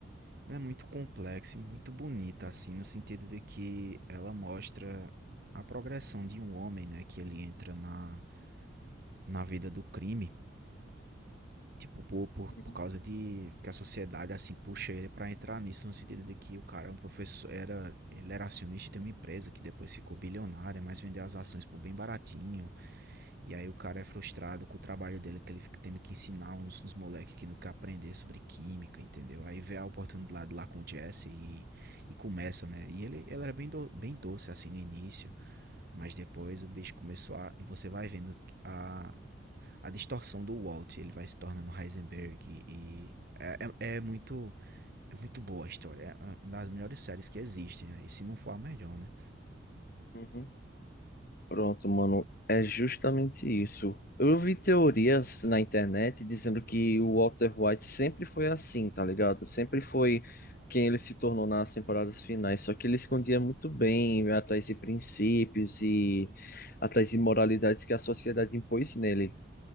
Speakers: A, on the right (about 50°); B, on the left (about 50°).
A: Ela é muito complexa e muito bonita, assim, no sentido de que ela mostra a progressão de um homem, né? Que ele entra na, na vida do crime Tipo, por, por,
B: Uhum,
A: por causa de que a sociedade assim puxa ele pra entrar nisso, no sentido de que o cara é um professor, era, ele era acionista de uma empresa que depois ficou bilionária, mas vendeu as ações por bem baratinho. E aí o cara é frustrado com o trabalho dele, que ele fica tendo que ensinar uns, uns moleques que não quer aprender sobre química, entendeu? Aí vê a oportunidade lá com o Jesse e, e começa, né? E ele, ele era bem, do, bem doce assim no início, mas depois o bicho começou a. E você vai vendo a, a distorção do Walt, ele vai se tornando Heisenberg e é, é, é muito é muito boa a história, é uma das melhores séries que existem, aí se não for a melhor, né?
B: uhum. Pronto, mano, é justamente isso. Eu vi teorias na internet dizendo que o Walter White sempre foi assim, tá ligado? Sempre foi quem ele se tornou nas temporadas finais, só que ele escondia muito bem atrás de princípios e atrás de moralidades que a sociedade impôs nele.